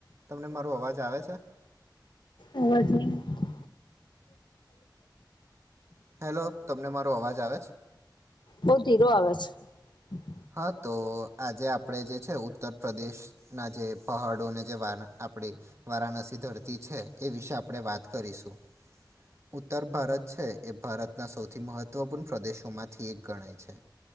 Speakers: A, on the right; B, on the left.
A: તમને મારો અવાજ આવે છે.
B: અવાજ નહી છે.
A: હેલો તમને મારો અવાજ આવે છે.
B: બહુ <inaudible>
A: હા તો આજે આપણેે જે છે ઉત્તર પ્રદેશ ના જે પહાડોને જે વા વારાણસી ધરતી છે એ વિશે આપણે વાત કરીશું. ઉત્તર ભારત છે એ ભારતના સૌથી મહત્વપૂર્ણ પ્રદેશોમાંથી એક ગણાય છે.